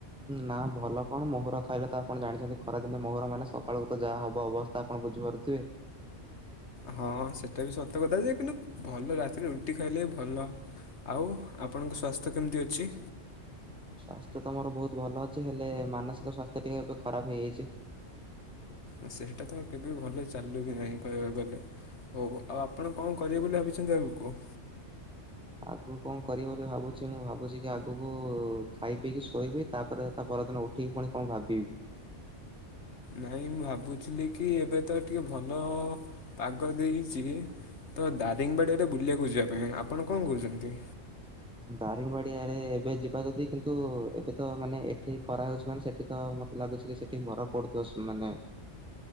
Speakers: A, in the centre; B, on the left.
A: ନା ଭଲ କଣ ମୋହୁର ଖାଇଲେ ତ ଆପଣ ଜାଣିଛନ୍ତି ଖରାଦିନେ ମୋହର ମାନେ ସକାଳୁକୁ ତ ଯାହା ହବ ଅବସ୍ ତ ଆପଣ ବୁଝିପାରୁଥିବେ?
B: ହଁ ସେଟା ବି ସତ କଥା ଯେ କିନ୍ତୁ ଭଲ ରାତିରେ ରୁଟି ଖାଇଲେ ଭଲ। ଆଉ ଆପଣଙ୍କ ସ୍ୱାସ୍ଥ୍ୟ କେମିତି ଅଛି?
A: ସ୍ୱାସ୍ଥ୍ୟ ତ ମୋର ବୋହୁତ୍ ଭଲ ଅଛି ହେଲେ ମାନସିକ ସ୍ୱାସ୍ଥ୍ୟ ଟିକେ ଏବେ ଖରାପ ହେଇଯାଇଛି।
B: ଆ ସେଇଟା ତ କେବେ ଭଲ ଚାଲୁ ବି ନାହିଁ କହିବାକୁ ଗଲେ। ହୋଉ ହୋଉ ଆଉ ଆପଣ କଁ କରିବେ ବୋଲି ଭାବିଛନ୍ତି ଆଗୁକୁ?
A: ଆଗୁକୁ କଁ କରିବ ବୋଲି ଭାବୁଛି ମୁଁ ଭାବୁଛି କି ଆଗୁକୁ ଖାଇ ପିଇକି ଶୋଇବି ତାପରେ ତା ପରଦିନ ଉଠ ଉଠିକି ପୁଣି କଁ ଭାବିବି।
B: ନାଇଁ ମୁଁ ଭାବୁଛୁଲି କି ଏବେ ତ ଟିକେ ଭଲ ପାଗ ଦେଇଚି ତ ଦାରିଙ୍ଗବାଡ଼ିଆଡେ ବୁଲିଆକୁ ଯିବା ପାଇଁ ଆପଣ କଁ କୋଉଚନ୍ତି?
A: ଦାରିଙ୍ଗବାଡିଆରେ ଏବେ ଯିବା ଯଦି କିନ୍ତୁ ଏବେ ତ ମାନେ ଏଠି ଖରା ହେଉଛି ମାନେ ସେଠି ତ ମତେ ମତେ ଲାଗୁଛି କି ସେଠି ବରଫ ପଡୁଥିବ ସୁ ମାନେ।